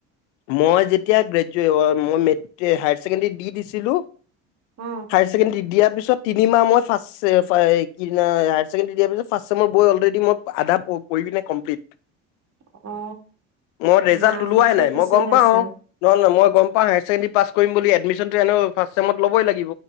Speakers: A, on the left; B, on the right.
A: মই যেতিয়া গ্ৰেজে মই মে হায়াৰ ছেকেণ্ডৰী দি দিছিলোঁ
B: অ
A: হায়াৰ ছেকেণ্ডাৰী দিয়াৰ পিছত তিনিমাহ মই ফাৰ্ষ্ট <unintelligible> ছেকেণ্ডাৰী দিয়া পিছত, ফাৰ্ষ্ট ছেমৰ <unintelligible> অলৰেডী মই আধা পঢ়ি বিনে কমপ্লিট।
B: অ
A: মই ৰেজাল্ট
B: নাই
A: ওলোৱাই
B: চি
A: নাই
B: বি
A: মই
B: চি
A: গম
B: এছ
A: পাওঁ।
B: আছিল
A: নহ'লে ন মই গম পা হায়াৰ ছেকেডেৰী পাছ কৰিম বুলি। এডমিশ্যনটো এনেও ফাৰ্ষ্টছেমত লবই লা।